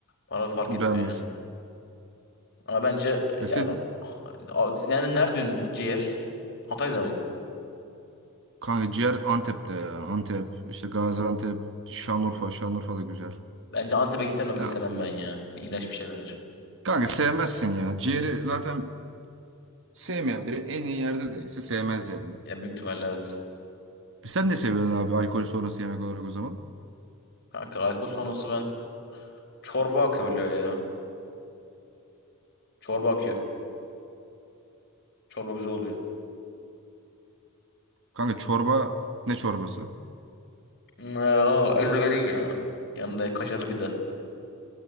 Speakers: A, on the left; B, on the right.
A: Bana fark
B: Beğenmezsin.
A: etmiyor ya. Ama bence
B: E
A: yani,
B: senin
A: a- yani nerede ünlü ciğer? Hatay'da mı?
B: kanka ciğer Antep'te ya. Antep, işte Gaziantep, Şanlıurfa. Şanlıurfa da güzel.
A: Bence Antep'e gitsem de bile
B: Ya,
A: sevmem ben ya. İğrenç bir şey bence.
B: kanka sevmezsin ya. Ciğeri zaten sevmeyen biri en iyi yerde değilse sevmez yani.
A: Ya büyük ihtimalle evet.
B: E Sen ne seviyorsun abi alkol sonrası yemek olarak o zaman?
A: Kanka alkol sonrası ben çorba akabiliyor ya. Çorba akıyor. Çorba güzel oluyor.
B: Kanka çorba ne çorbası?
A: Ya ezogelin ya. Yanında kaşarlı pide.